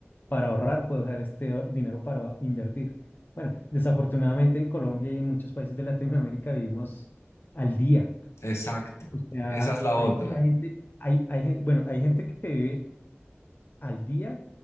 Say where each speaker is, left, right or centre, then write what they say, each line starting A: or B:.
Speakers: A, on the left; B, on the left.
A: para ahorrar, puedo dejar este o- dinero para invertir. Bueno, desafortunadamente en Colombia y en muchos países de Latinoamérica vivimos al día.
B: exacto.
A: O sea,
B: Esa es la
A: hay
B: otra.
A: mucha gente, hay, hay gente, bueno, hay gente que vive al día,